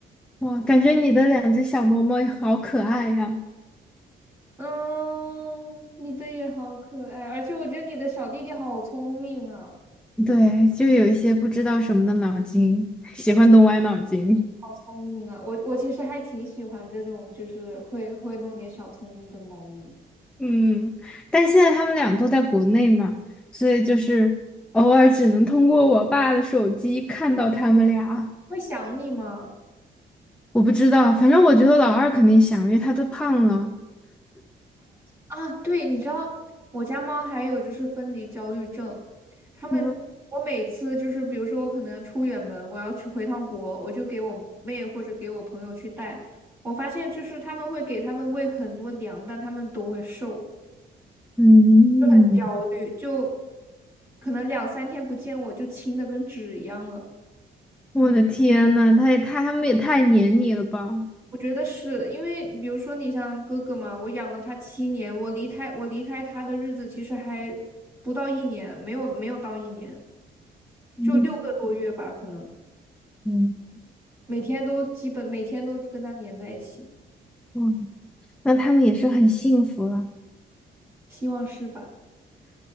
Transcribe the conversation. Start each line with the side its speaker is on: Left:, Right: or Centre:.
Centre: 哇，感觉你的两只小猫猫好可爱呀，
Right: 嗯，你的也好可爱，而且我觉得你的小弟弟好聪明啊。
Centre: 对，就有一些不知道什么的脑筋，<laughs> 喜欢动歪脑筋，
Right: 好聪明啊！我我其实还挺喜欢这种，就是会会弄点小聪明的猫咪。
Centre: 嗯，但现在他们俩都在国内嘛，所以就是偶尔只能通过我爸的手机看到他们俩。
Right: 会想你吗？
Centre: 我不知道，反正我觉得老二肯定想，因为他都胖了。
Right: 啊，对，你知道我家猫还有就是分离焦虑症，它们我每次就是比如说我可能出远门，
Centre: 嗯，
Right: 我要去回趟国，我就给我妹或者给我朋友去带。我发现就是他们会给他们喂很多粮，但他们都会瘦，
Centre: 嗯，
Right: 很焦虑，就可能两三天不见我就轻的跟纸一样了。
Centre: 我的天呐，他也太，他们也太黏你了吧？
Right: 我觉得是因为，比如说你像哥哥嘛，我养了他七年，我离开我离开他的日子其实还不到一年，没有没有到一年，
Centre: 嗯
Right: 就六个多月吧，可能
Centre: 嗯，
Right: 每天都基本每天都跟他黏在一起，
Centre: 哇，那他们也是很幸福了。
Right: 希望是吧？